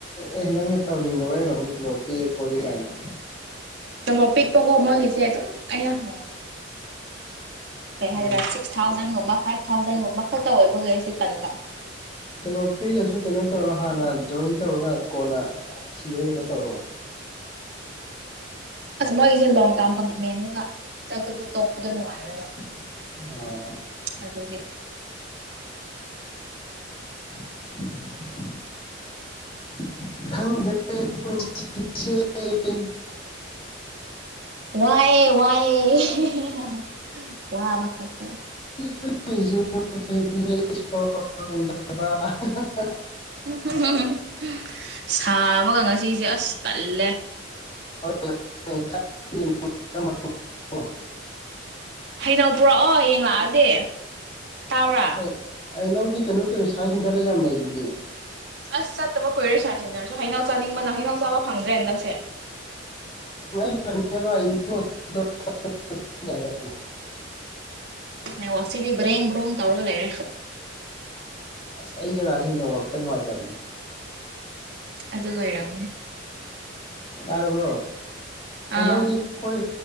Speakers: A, on the left; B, on the right.
A: ꯑꯦ ꯅꯣꯅ ꯇꯧꯅꯤꯡꯗꯕꯩ ꯑꯣꯏꯔꯝꯅꯤ ꯇꯣꯂꯣꯞ ꯄꯤ ꯈꯣꯠꯂꯤ ꯀꯥꯏꯅ꯫
B: ꯇꯣꯂꯣꯞ ꯄꯤꯛꯄꯀꯣ ꯃꯣꯏꯒꯤꯁꯦ ꯑꯗꯨꯝ <unintelligible> ꯀꯩ ꯍꯥꯏꯒꯗꯔꯥ
A: ꯑ
B: ꯁꯤꯛꯁ ꯊꯥꯎꯖꯟꯒꯨꯝꯕ ꯐꯥꯏꯞ ꯊꯥꯎꯖꯟꯒꯨꯝꯕ ꯈꯛꯇ ꯑꯣꯏꯕꯒꯤ ꯑꯩꯁꯤ ꯇꯟꯕ꯫
A: ꯇꯣꯂꯣꯞ ꯄꯤꯔꯒꯁꯨ ꯀꯩꯅꯣ ꯇꯧꯔꯣ ꯍꯥꯟꯅ ꯖꯣꯏꯟ ꯇꯧꯔꯒ ꯀꯣꯟꯅ ꯊꯤꯔꯒ <unintelligible> ꯇꯧꯔꯣ꯫
B: ꯑꯁ ꯃꯣꯏꯒꯤꯁꯦ ꯂꯣꯡ ꯇꯥꯝ ꯀꯃꯤꯠꯃꯦꯟꯅꯤꯅ ꯈꯨꯗꯛꯇꯗꯨ ꯇꯣꯛꯄꯗꯣ ꯅꯨꯡꯉꯥꯏꯔꯣꯏꯕ꯫
A: <unintelligible>
B: ꯑꯗꯨꯒꯤ
A: <unintelligible> <unintelligible>
B: ꯋꯥꯑꯦ ꯋꯥꯑꯦ <unintelligible> ꯋꯥꯕ ꯈꯛꯇ
A: <unintelligible>
B: <unintelligible> ꯁꯥꯕꯒ ꯉꯁꯤꯁꯦ ꯑꯁ ꯇꯜꯂꯦ꯫
A: <unintelligible>
B: ꯍꯩꯅꯧ ꯄꯨꯔꯛꯑꯣ ꯍꯌꯦꯡ ꯂꯥꯛꯑꯗꯤ ꯇꯥꯕ꯭ꯔꯥ꯫
A: ꯑꯩ ꯍꯩꯅꯧꯗꯤ ꯀꯩꯅꯣ ꯇꯧ ꯁꯥꯢꯟ ꯁꯦꯟꯇꯔꯗ ꯌꯥꯝ ꯂꯩꯗꯨꯗꯤ꯫
B: ꯑꯁ ꯆꯠꯇꯕ ꯀꯨꯏꯔꯦ ꯁꯥꯏ ꯁꯦꯟꯇꯔꯁꯨ ꯍꯩꯅꯧ ꯆꯥꯅꯤꯡꯕꯅ ꯍꯩꯅꯧ ꯆꯥꯕ ꯐꯪꯗ꯭ꯔꯦ ꯍꯟꯗꯛꯁꯦ꯫
A: <unintelligible>
B: ꯅꯦꯠꯋꯥꯛꯁꯤꯗꯤ ꯕ꯭ꯔꯦꯡ ꯕ꯭ꯔꯣꯛ ꯇꯧꯔꯒ ꯂꯩꯔꯦ꯫
A: ꯑꯁ ꯑꯩ ꯖꯒꯥꯁꯤ ꯅꯦꯠꯋꯥꯛꯇ ꯅꯨꯡꯉꯥꯏꯇꯃꯤ꯫
B: ꯑꯗꯨ ꯑꯣꯢꯔꯝꯅꯤ꯫
A: ꯇꯥꯔꯕꯣ ꯍꯩꯅꯧꯗꯤ
B: ꯑꯥ
A: ꯈꯣꯏ